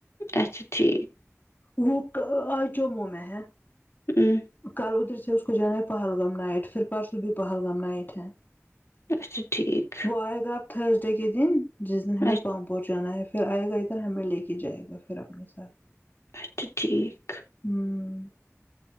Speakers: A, on the left (about 60°); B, on the left (about 40°).
A: اچھا ٹھیک
B: وہ آج جممو میں ہے
A: ہوں
B: کل ادھر سے اس کو جانا ہے پہلگام نائٹ پھر پارس بھی پہلگام نائٹ ہے
A: اچھا ٹھیک
B: پہلگام آپ تھرس ڈے کے دن جس دن
A: اچھا
B: ہم پم پہنچانا ہے پھر آئے گا ادھر ہمیں لے کے جائے گا پھر اپنے ساتھ
A: ٹ ٹھیک
B: ہوں